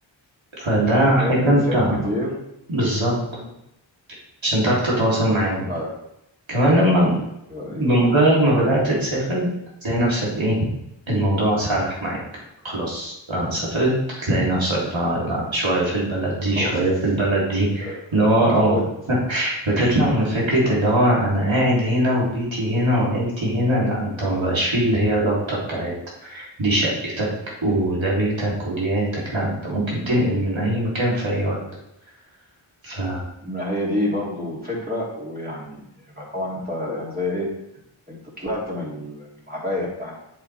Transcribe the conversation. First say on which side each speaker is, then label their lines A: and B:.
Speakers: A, on the right (about 75°); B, on the right (about 20°).
A: فده
B: مم،
A: حاجة
B: لان جنسيات
A: انت
B: كتير
A: بالظبط
B: مم.
A: عشان تعرف تتواصل معاهم
B: طيب،
A: كمان لما
B: ايوه ايوه
A: بمجرد ما بدأت تسافر تلاقي نفسك ايه الموضوع سرح معاك خلاص آه سافرت تلاقي نفسك بقى لا شوية في البلد دي
B: خلاص
A: شوية في البلد دي
B: آه،
A: اللي هو
B: اتعودت
A: اه بتطلع من فكرة
B: اه
A: اللي هو أنا قاعد هنا وبيتي هنا وعيلتي هنا لا أنت ما بقاش فيه اللي هي الرابطة بتاعت دي شقتك وده بيتك ودي عيلتك لا أنت ممكن تنقل من أي مكان في أي وقت ف
B: ما هي دي برضو فكره ويعني يبقى طبعا انت يعني زي ايه انت طلعت من ال- من العبايه بتاعت